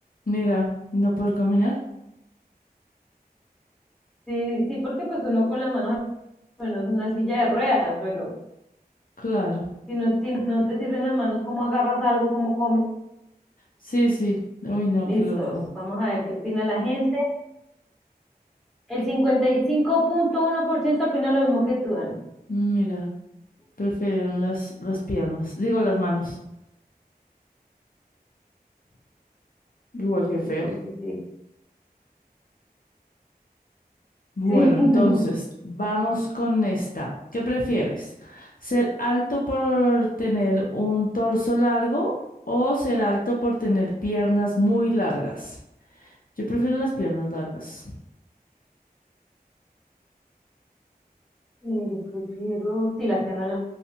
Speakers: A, on the left (about 60°); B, in the centre.
A: Mira, ¿y no poder caminar.
B: Sí, sí, porque pues uno con las manos bueno, es una silla de ruedas, pero
A: Claro.
B: si no, si no te sirven las manos, ¿cómo agarras algo? ¿Cómo comes?
A: Sí, sí. Uy, no,
B: Listos,
A: qué loco.
B: vamos a ver qué opina la gente. El cincuenta y cinco punto uno por ciento opina lo mismo que tú, Ana.
A: Mira. Prefirieron las, las piernas, digo las manos, igual
B: sí,
A: que feo.
B: sí, sí, sí, sí.
A: Bueno,
B: Sí, <laughs>
A: entonces,
B: no.
A: vamos con esta. ¿Qué prefieres? ¿Ser alto por tener un torso largo o ser alto por tener piernas muy largas? Yo prefiero las piernas largas.
B: Eh, yo prefiero, sí, las piernas